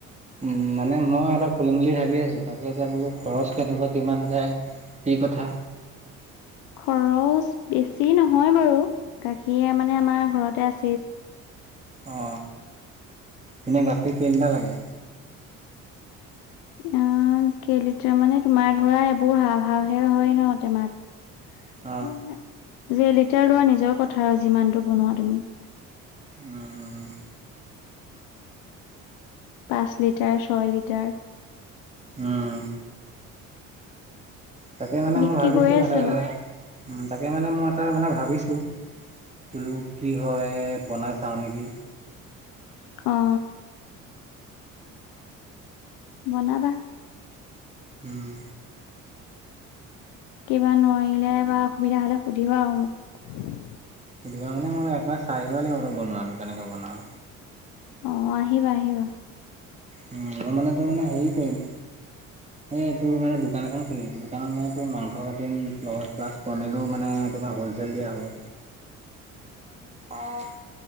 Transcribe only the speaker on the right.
উম, মানে মই এটা খুলিম বুলি ভাবি আচ <unintelligible> বোলো খৰচ কেনেকুৱা কিমান যায় কি কথা।
অ', তুমি গাখীৰ কেইলিটাৰ লাগে।
অ
উম।
উম। তাকে মানে
মই ভাবিছোঁ
এটা
উম, তাকে মানে মই তাৰ মানে ভাবিছোঁ, বোলো কি হয় বনাই চাওঁ নেকি।
হম।
সুধিবা মানে মই একবাৰ চাই আহিব লাগিব বনোৱানো কেনেকৈ বনাওঁ।
উম, মই মানে তই মানে হেৰি কৰিম। এই তোৰ মানে দোকান এখন খুলিম। দোকানত মানে তোৰ মাংস কাটিম, লগত প্লাচ পনীৰো মানে না তোমাৰ হ'লচেল দিয়া হ'ব? অ'।